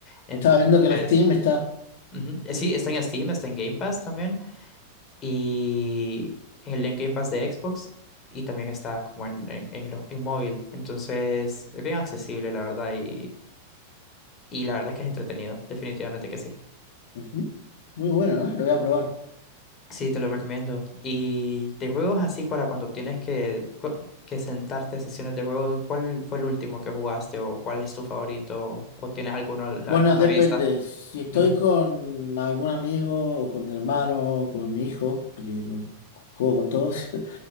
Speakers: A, on the left; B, on the left.
A: Entonces,
B: Estaba viendo que en Steam está...
A: ujú. Eh, Sí, está en Steam, está en Game Pass también y el en Game Pass de Xbox y también está como en, en, en lo- en móvil. Entonces es bien accesible, la verdad, y, y la verdad es que es entretenido, definitivamente que sí.
B: Ujú. Muy bueno, ¿eh? Lo voy a probar.
A: Sí, te lo recomiendo. Y de juegos así, para cuando tienes que, cu- que sentarte a sesiones de juegos, ¿cuál fue el último que jugaste o cuál es tu favorito o tienes alguno a la,
B: Bueno,
A: a la
B: depende.
A: vista?
B: Si estoy
A: Ujú,
B: con algún amigo o con mi hermano o con mi hijo, porque bueno, juego con todos, <laughs>